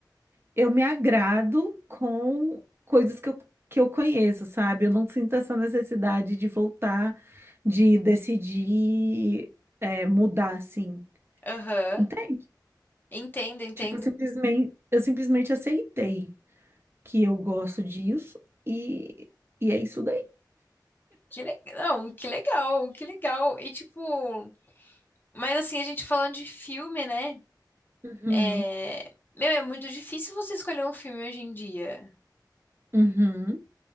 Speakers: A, on the right; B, on the left.
A: eu me agrado com coisas que eu, que eu conheço, sabe? Eu não sinto essa necessidade de voltar, de decidir é, mudar assim,
B: Aham.
A: entende?
B: Entendo, entendo.
A: Tipo, eu simplesmente, eu simplesmente aceitei que eu gosto disso e, e é isso daí.
B: Que legal, Não, que legal, que legal. E tipo, mas assim, a gente falando de filme, né?
A: Uhum,
B: É... Meu, é muito difícil você escolher um filme hoje em dia.
A: uhum.